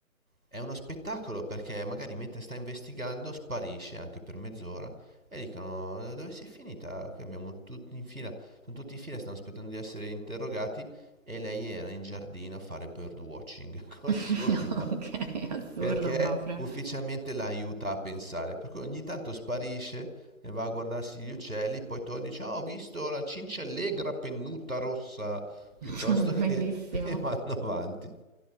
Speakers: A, on the right; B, on the right.
A: è uno spettacolo perché magari mentre sta investigando sparisce anche per mezz'ora e dicono dove sei finita? Qui abbiamo tutti in fila, sono tutti in fila, stanno aspettando di essere interrogati e lei era in giardino a fare birdwatching <laughs> col
B: <laughs>
A: suo mino
B: ok, assurdo
A: perché
B: proprio,
A: ufficialmente la aiuta a pensare, per cui ogni tanto sparisce e va a guardarsi gli uccelli, poi torna e dice "Ah, ho visto la cinciallegra pennuta rossa piuttosto
B: <laughs>
A: che
B: bellissimo.
A: <laughs> e vanno avanti.